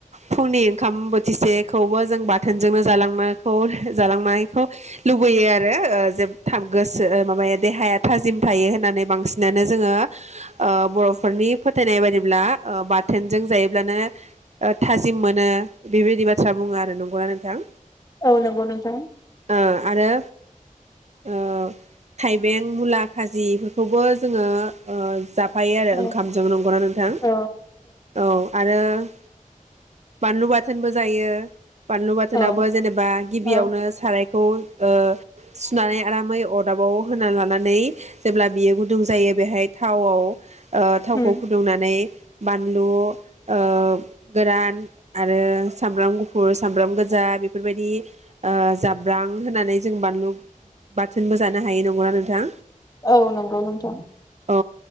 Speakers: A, on the right; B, on the left.
A: फुंनि ओंखाम बोथिसेखौबो जों बाथोनजोंनो जालांनायखौ-जालांनायखौ लुबैयो आरो ओ जोब थाब गोसो ओ माबा देहाया थाजिम थायो होननानै बांसिनानो जोङो ओ बर'फोरनि फो थायनाय बादिब्ला ओ बा थोनजों जायोब्लानो ओ थाजिम मोनो बेबायदि बाथ्रा बुङो आरो नंगौना नोंथां?
B: औ नोंगौ नोंथां।
A: ओ आरो ओ थाइबें मुला खाजिफोरखौबो जोङो ओ जाब फायो आरो
B: औ
A: ओंखामजों नंगौ ना नोंथां?
B: औ
A: औ आरो ओ बानलु बाथोनबो जायो। बानलु बाथोनावबो
B: औ
A: जेनेबा गिबियावनो
B: औ
A: साराय खौ ओ सुनानै आरामै अदाबाव होना लानानै जेब्ला बियो गुदुं जायो बेहाय थावाव ओ थावखौ
B: उम
A: फुदुंनानै बानलु ओ गोरान आरो सामब्राम गुफुर, सामब्राम गोजा बेफोरबायदि ओ जाब्रां होनानै जों बानलु बाथोनबो जानो हायो। नंगौ ना नोंथां?
B: औ नंगौ नोंथां।
A: औ